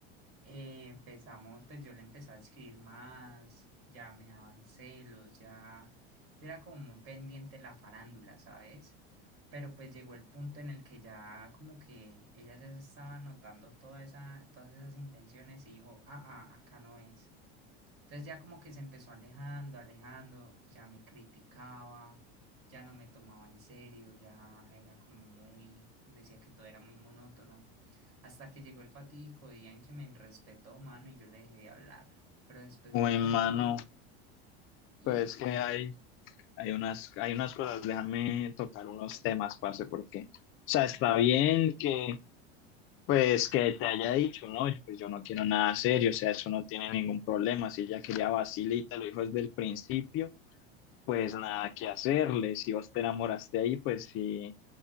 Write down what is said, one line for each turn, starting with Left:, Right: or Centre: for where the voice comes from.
Right: eh, empezamos, pues yo le empecé a escribir más, ya me daban celos, ya yo era como muy pendiente de la farándula, ¿sabes? Pero pues llegó el punto en el que ya como que ella ya se estaba notando toda esa, todas esas intenciones y dijo, ah, ah, acá no es. Entonces ya como que se empezó alejando, alejando, ya me criticaba, ya no me tomaba en serio, ya era como muy, decía que todo era muy monótono. Hasta que llegó el fatídico día en que me respetó, mano, y yo le dejé de hablar. Pero después
Left: Uy,
Right: me arrepentí
Left: mano,
Right: y
Left: pues que hay, hay unas, hay unas cosas, déjame tocar unos temas, parce, porque, o sea, está bien que, pues, que te haya dicho, no, pues yo no quiero nada serio, o sea, eso no tiene ningún problema, si ella quería vacilita, lo dijo desde el principio pues nada que hacerle. Si vos te enamoraste ahí, pues sí,